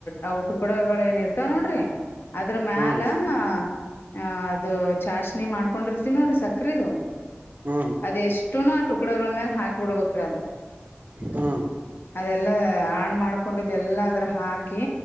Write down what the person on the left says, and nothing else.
ಅವು ಟುಕುಡಗಳೇನು ಇರ್ತಾವೆ ನೋಡ್ರಿ. ಅದ್ರ ಮ್ಯಾಲ.
ಹ ಅದು ಚಾಷಣಿ ಮಾಡ್ಕೊಂಡಿ ಇರ್ತೀವಿ ನೋಡ್ರಿ ಸಕ್ಕರಿದು.
ದೇಷ್ಟುನು ಆ ಟುಕುಡಗಳ ಮೇಲೆ ಹಾಕಿ ಬಿಡ್ಬೇಕ್ರ ಅದು.
ಅದೆಲ್ಲಾ ಹಣ ಮಾಡ್ಕೊಂಡಿದೆಲ್ಲ ಅದ್ರ ಹಾಕಿ